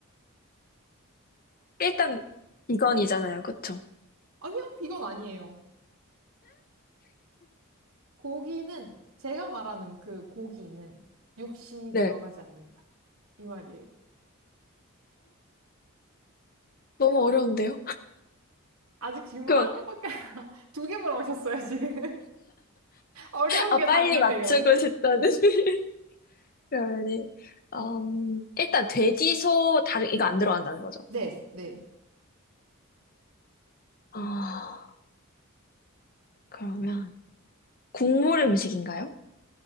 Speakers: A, on the left (about 40°); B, on the right (about 85°).
A: 일단, 비건이잖아요. 그쵸?
B: 아니요, 비건 아니에요. 고기는, 제가 말하는 그 고기는 육시
A: 네.
B: 들어가지 않는다. 이 말이에요.
A: 어, 너무 어려운데요? <laughs>
B: 아직 질문
A: 그럼
B: 하나밖에 <laughs> 두 개 물어보셨어요, 지금. <laughs> 어려운
A: 아,
B: 게
A: 빨리
B: 당연해요.
A: 맞추고 싶다는. <laughs> 그러면은, 음, 일단 돼지, 소, 닭, 이거 안 들어간다는 거죠.
B: 네, 네.
A: 아, 그러면, 국물 음식인가요?